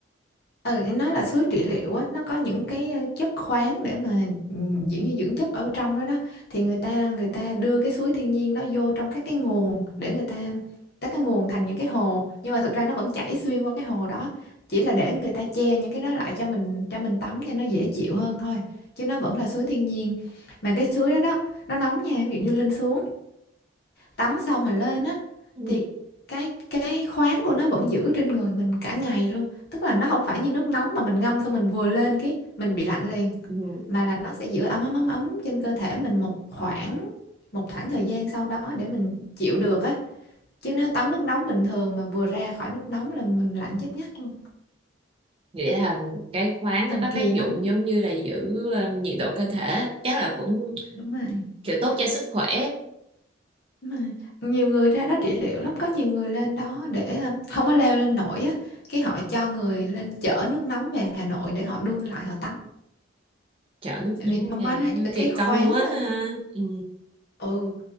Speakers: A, on the left (about 50°); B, on the right (about 30°).
A: ừ nói là suối trị liệu á nó có những cái ờ, chất khoáng để mà ừ, kiểu như dưỡng chất ở trong đó đó thì người ta người ta đưa cái suối thiên nhiên đó vô trong các cái nguồn để người ta các cái nguồn thành những cái hồ nhưng mà thực ra nó vẫn chảy xuyên qua cái hồ đó chỉ là để người ta che những cái đó lại cho mình cho mình tắm cho nó dễ chịu hơn thôi chứ nó vẫn là suối thiên nhiên mà cái suối đó đó nó nóng nha ví dụ như lên xuống tắm xong mà lên á
B: ừ.
A: thì cái cái khoáng của nó vẫn giữ trên người mình cả ngày luôn tức là nó không phải như nước nóng mà mình ngâm xong mình vừa lên cái mình bị lạnh liền
B: Ừ.
A: mà là nó sẽ giữ ấm ấm ấm ấm trên cơ thể mình một khoảng một khoảng thời gian sau đó để mình chịu được á chứ nếu tắm nước nóng bình thường mà vừa ra khỏi nước nóng là mình lạnh chết ngắt luôn
B: nghĩa là cái khoáng
A: thần
B: nó có
A: kỳ
B: tác
A: lắm
B: dụng giống như là giữ ờ, nhiệt độ cơ thể chắc là cũng
A: đúng rồi
B: kiểu tốt cho sức khỏe
A: Mà nhiều người ra đó trị liệu lắm có nhiều người lên đó để ờ, không có leo lên nổi á cái họ cho người lên chở nước nóng về Hà Nội để họ đun lại họ tắm
B: chở nước
A: Tại
B: nóng
A: vì trong
B: về
A: đó nó
B: nó
A: có
B: kỳ
A: cái khoáng
B: công quá
A: ờ,
B: ha ừ.
A: ừ